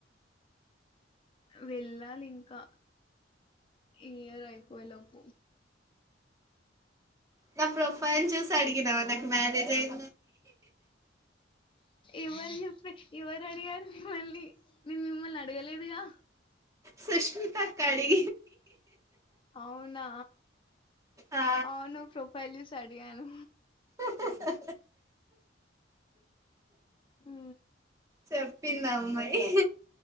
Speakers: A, on the left; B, on the right.
A: వెళ్ళాలి ఇంకా ఈ ఇయర్ అయిపోయేలోప్
B: నా ప్రొఫైల్ చూస్ అడిగినవా నాక్ మ్యారేజ్ అయ్యిన్.
A: ఎవరి చెప్పే, ఇవరడిగార్. మళ్ళీ, నేన్ మిమ్మల్నడగలేదుగా.
B: సుష్మితక్కాడి.
A: అవునా.
B: ఆ
A: అవును ప్రోఫైల్ చూస్ అని అడిగాను.
B: హా
A: ఊ
B: చెప్పిందన్. మ్మాయి,